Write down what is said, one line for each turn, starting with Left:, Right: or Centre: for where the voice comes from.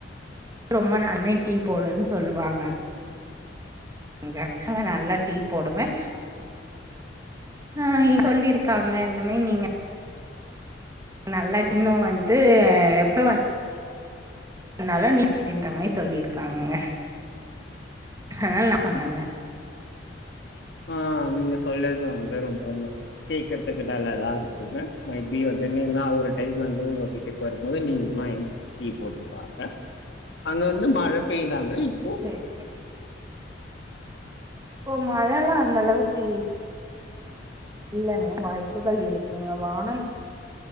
Right: ரொம்ப நாளுமே டீ போடுன்னு சொல்லுவாங்க ங்க நல்லா டீ போடுவே ஆ இங் சொல்லிருக்காங்க இந்த மாரி நீங்க நல்லா இன்னு வந்து எப்ப வ வந்தாலும் நீ அப்டின்ற மாரி சொல்லிருக்காங்க அதனால நா சொன்னங்க
Left: ஆஹ் நீங்க சொல்லறது அந்த ரொம்ப கேக்றதுக்கு நல்லதா ங்க மேபி வந்து நீங்காம் ஒரு டைம் வந்து உங்க வீட்டுக்கு வரும்போது நீங்கெல்லா எங்களுக்கு டீ போட்டு தாங்க அங்க வந்து மழ பெய்தாங்க இப்போ
Right: சேரி இப்ப மழல்லா அந்த அளவுக்கு இல்லங் இல்லங்க வாய்ப்புகள் இருக்குங்க வானம்